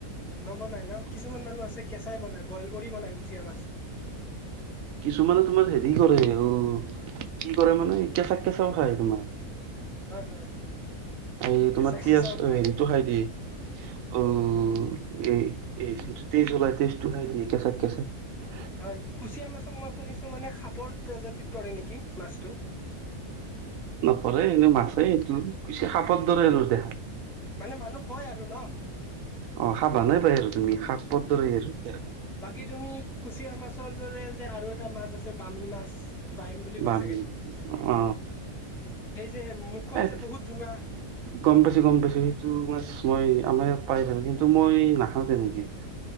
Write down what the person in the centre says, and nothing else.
নবনাই ন কিছুমান মানুহ আছে কেঁচাই বনাই বইল কৰি বনাই কুচিয়া মাছ
হয় হয়
কেঁচা
কেঁচাও
খায়
হয় কুচিয়া মাছক মই শুনিছো মানে সাপৰ প্ৰজাতিত পৰে নেকি মাছটো
মানে মানুহ কয় আৰু ন
বাকী তুমি কুচিয়া মাছৰ দৰে যে আৰু এটা মাছ আছে বামী মাছ বাইম বুলি
কৈ
চাগে সেই
যে মুখখন
যে বহুত জোঙা